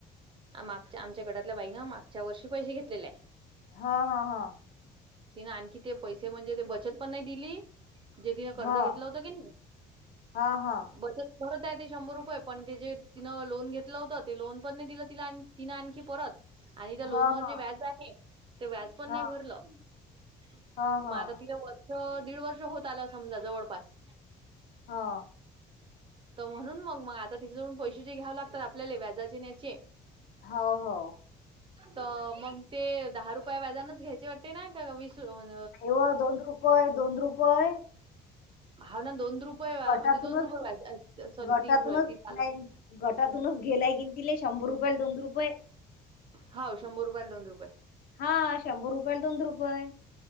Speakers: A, on the right (about 30°); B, on the left (about 60°).
A: मागच्या आमच्या गटातल्या बाईनं मागच्या वर्षी पैसे घेतलेले आहे.
B: हा हा हा
A: तिने आणखी ते पैसे म्हणजे ते बचत पण नाही दिली. जेथि कर्ज
B: हा
A: घेतला होता की नाई
B: हा हा
A: बचत परत आहे ते शंभर रुपये पण ते जे तिनं लोन घेतलं होतं ते लोन. पने दिलं तिला तिं आणखी परत आणि त्या लोन
B: हा
A: वर
B: हा
A: जे व्याज आहे ते व्याज पण
B: हा
A: नाही भरलं. तर
B: हा हा
A: मग आता तिथं वर्ष दीड वर्ष होत आलं समजा जवळपास.
B: हा
A: तर म्हणून मग मग आता तिथ जून पैसे जे घ्याव लागतात आपल्याले व्याजाचे न्याचे.
B: हा हो
A: तर मग ते दहा रुपये व्याजानच घ्यायचे वाटते ना का वीस रये म्हणज
B: ओ हो दोन रुपय दोन रुपय.
A: हा ना दोन रुपये वा
B: गटातूनच
A: म्हणजे दोन रुपये
B: घे-
A: सॉरी
B: गटातूनच
A: तीन रुपये तीस आलं
B: गटातूनच घेलाय की तिले शंभर रुपयाल दोन रुपये.
A: हाव शंभर रुपयाल दोन रुपये.
B: हा शंभर रुपयाला दोन रुपये.